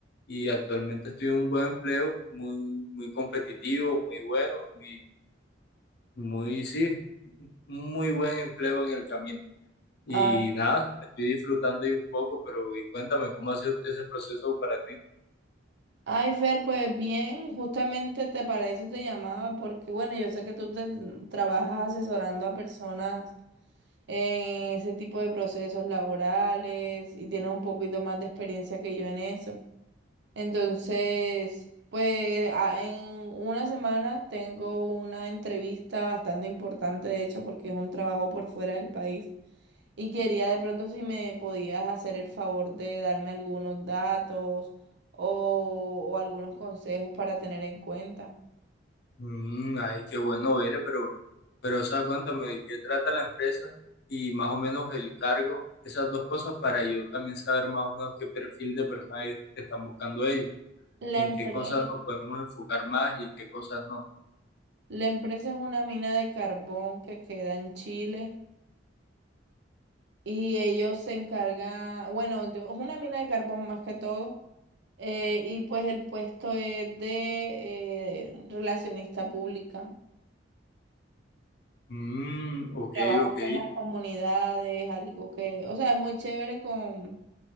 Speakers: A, on the left; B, on the right.
A: y actualmente estoy en un buen empleo, muy, muy competitivo, muy bueno, muy, muy, sí, muy buen empleo en el camino. Y
B: Ah,
A: nada, estoy disfrutando ahí un poco, pero y cuéntame cómo ha sido ese proceso para ti.
B: Ay Fer, pues bien, justamente te para eso te llamaba porque bueno, yo sé que tú te trabajas asesorando a personas en ese tipo de procesos laborales y tienes un poquito más de experiencia que yo en eso. Entonces, pues a- en una semana tengo una entrevista bastante importante, de hecho, porque es un trabajo por fuera del país. Y quería de pronto si me podías hacer el favor de darme algunos datos o, o algunos consejos para tener en cuenta.
A: Mm, ay, qué bueno ver, eh, pero, pero, o sea, cuéntame de qué trata la empresa y más o menos el cargo, esas dos cosas para yo también saber más o menos qué perfil de personas ellos- están buscando ellos,
B: La
A: en
B: empresa,
A: qué cosas nos podemos enfocar más y en qué cosas no.
B: la empresa es una mina de carbón que queda en Chile y ellos se encargan, bueno, yo- es una mina de carbón más que todo Eh, y pues el puesto es de eh, relacionista pública.
A: Mm, ok,
B: Trabajo
A: ok.
B: con las comunidades, algo que, o sea, es muy chévere con